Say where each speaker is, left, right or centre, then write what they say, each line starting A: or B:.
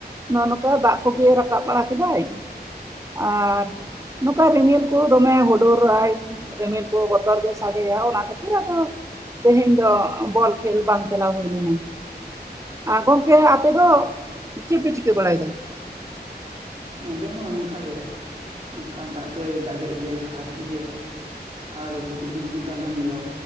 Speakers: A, on the right; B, on the right.
A: ᱱᱚᱜ ᱱᱚᱠᱟ ᱫᱟᱜ ᱠᱚ ᱜᱮ ᱨᱟᱠᱟᱵ ᱵᱟᱲᱟ ᱠᱮᱫᱟᱭ ᱟᱨ
B: ᱟᱪᱪᱷᱟ
A: ᱱᱚᱝᱠᱟ ᱨᱤᱢᱤᱞ ᱠᱚ ᱫᱚᱢᱮ ᱦᱩᱰᱩᱨᱟᱭ ᱨᱤᱢᱤᱞ ᱠᱚ ᱵᱚᱛᱚᱨ ᱜᱮ ᱥᱟᱰᱮᱭᱟ ᱚᱱᱟ ᱠᱷᱟᱹᱛᱤᱨ ᱟᱫᱚ ᱛᱮᱦᱮᱧ ᱫᱚ ᱵᱚᱞ ᱠᱷᱮᱞ ᱵᱟᱝ ᱪᱟᱞᱟᱣ ᱦᱩᱭ ᱞᱮᱱᱟ ᱟᱸ ᱜᱚᱝᱠᱮ ᱟᱯᱮ ᱫᱚ ᱪᱮᱫ ᱯᱮ ᱪᱤᱠᱟᱹ ᱵᱟᱲᱟ ᱮᱫᱟ
B: ᱱᱚᱸᱰᱮ ᱦᱚᱸ ᱱᱚᱝᱠᱟ ᱜᱮ ᱱᱚᱝᱠᱟ ᱫᱟᱜ ᱫᱚᱭ ᱫᱟᱜ ᱫᱟᱜ ᱜᱮᱫ ᱜᱮᱭᱟᱭ ᱥᱟᱦᱟ ᱨᱮᱫ ᱜᱮᱭᱟᱭ ᱟᱨ ᱦᱩᱡᱩᱨ ᱵᱤᱡᱽᱞᱤ ᱫᱚ ᱟᱞᱚᱢ ᱞᱟᱹᱭᱟ